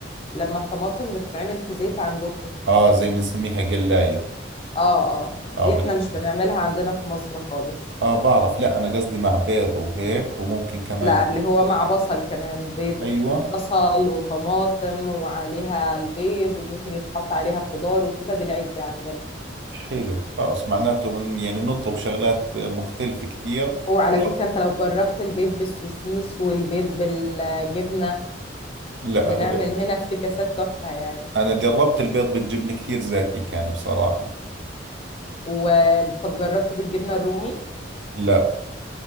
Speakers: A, on the left; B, on the right.
A: لما الطماطم بتتعمل في زيت عندكم
B: اه زي بنسميها قلاية
A: اه اه دي
B: اه بتكون
A: احنا مش بنعملها عندنا في مصر خالص
B: اه بعرف لا انا قصدي مع بيض وهيك وممكن كمان
A: لا اللي هو مع بصل كمان بيض
B: ايوه
A: بصل وطماطم وعليها البيض وممكن يتحط عليها خضار وكده دي العجة عندنا
B: حلو خلاص معناته من يعني بنطلب شغلات مختلفة كثير
A: وعلى
B: كل واحد-
A: فكرة انت لو جربت البيض بالسوسيس والبيض بالجبنة
B: لا
A: بنعمل
B: هذا
A: هنا افتكاسات تحفة يعني
B: انا جربت البيض بالجبنة كثير زاكي كان بصراحة
A: وطب جربته بالجبنة الرومي
B: لا